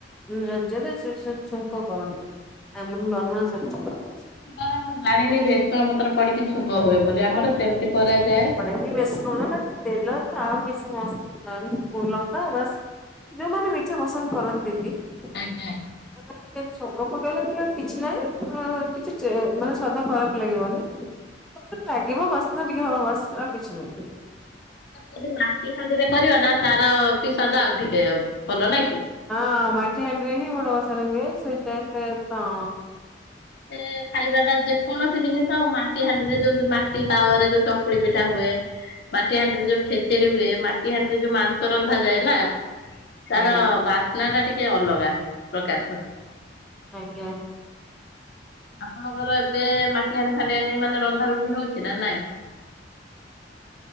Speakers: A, in the centre; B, on the left (about 60°).
A: ରାଜ୍ୟରେ ସେ ସ ଛୁଙ୍କ କରନ୍ତି ଆମର ନର୍ମାଲ ସେମିତି ଚାଲିଚି।
B: ନାଁ ନାଁ ମୁଁ ଜାଣିନି ଭେସୁଙ୍ଗା ପତ୍ର ପଡିକି ଛୁଙ୍କ ହୁଏ ବୋଲି। ଆମର କେମିତି କରାଯାଏ?
A: ବେଶୀ ଭଲଟା ତେଲରେ ଆଉ ବେଶୀ ମସଲା ଏମିତି ଲଙ୍କା ବାସ୍। ଯୋଉମାନେ ମିଛ ପସନ୍ଦ କରନ୍ତିନି ସେମାନେ
B: ଆଜ୍ଞା।
A: ଟିକେ ଛୁଙ୍କ ପକେଇଲେ ବି କିଛି ନାହିଁ ଆଁ କିଛି ଟେ ମାନେ ସ୍ୱାଦ ଖରାପ ଲାଗିବନି। ଲାଗିବ ବାସ୍ନା ଟିକେ ହବ ବାସ୍ ଆଉ କିଛି ନାହିଁ।
B: ଯଦି ମାଟି ହାଣ୍ଡିରେ କରିବା ନା ତାର ବି ସ୍ୱାଦ ଆଉ ଟିକେ ଭଲ ନାଇଁ କି।
A: ହଁ ମାଟି ହାଣ୍ଡିରେ ହିଁ ବଡ ଓଷାରେ ହୁଏ। ସେଇ ଟେଷ୍ଟ ତ
B: ଏ ଖାଇବା ଟା ଯେକୌଣସି ଜିନିଷ ଆଉ ମାଟି ହାଣ୍ଡିରେ ଯୋଉ ମାଟି ତାୱାରେ ଯୋଉ ଚକୁଳି ପିଠା ହୁଏ ମାଟି ହାଣ୍ଡିରେ ଯୋଉ ଖେଚେଡି ହୁଏ ମାଟି ହାଣ୍ଡିରେ ଯୋଉ ମାଂସ ରନ୍ଧାଯାଏ ନା। ତାର
A: ଆଜ୍ଞା
B: ବାସ୍ନା ଟା ଟିକେ ଅଲଗା ପ୍ରକାରର।
A: ଆଜ୍ଞା।
B: ଆପଣଙ୍କର ଏବେ ମାଟି ହାଣ୍ଡି ଫାଣ୍ଡି ହାଣ୍ଡି ମାନେ ରନ୍ଧା ରୁନ୍ଧି ହଉଛି ନା ନାଇଁ?